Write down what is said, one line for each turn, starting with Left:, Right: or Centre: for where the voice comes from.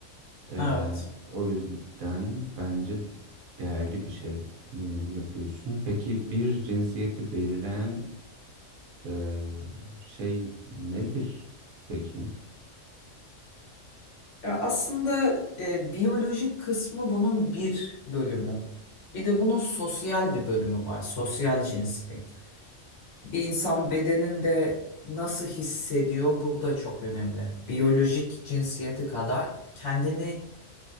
Right: Ee,
Left: Evet.
Right: o yüzden bence değerli bir şey e, yapıyorsun. Peki bir cinsiyeti belirleyen e, şey nedir peki?
Left: Ya aslında e, biyolojik kısmı bunun bir bölümü. Bir de bunun sosyal bir bölümü var. Sosyal cinsiyet. Bir insan bedeninde nasıl hissediyor bu da çok önemli. Biyolojik cinsiyeti kadar kendini